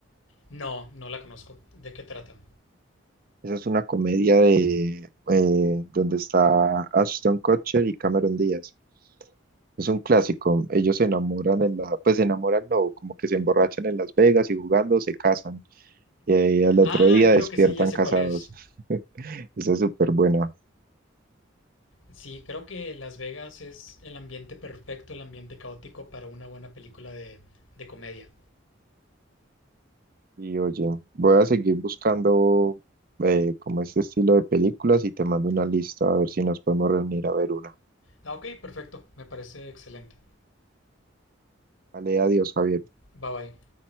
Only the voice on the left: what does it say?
No, no la conozco. ¿De qué trata?
Ah,
creo
que sí, ya sé
cuál es.
Sí, creo que Las Vegas es el ambiente perfecto, el ambiente caótico para una buena película de, de comedia.
Ah, ok, perfecto. Me parece excelente.
Bye bye.